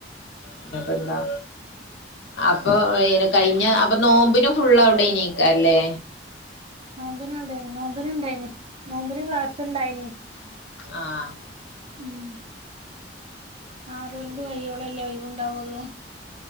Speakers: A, on the left; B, on the right.
A: എന്നിട്ടഎന്താ അപ്പോ കഴിഞ്ഞ അപ്പൊ നോമ്പിനും ഫുള്ള് അവിടെനെക്കാരാല്ലേ
B: നോമ്പ്ന് അവിടെനി നോമ്പിനിണ്ടായിന് നോമ്പ്ന് ക്ലാസ്ണ്ടായിനി
A: ആഹ്
B: ഉം ആറോൽമ്പ്
A: അത് ശരി
B: കയ്യോളല്ലേ ഒയിവുണ്ടാവൊള്ളൂ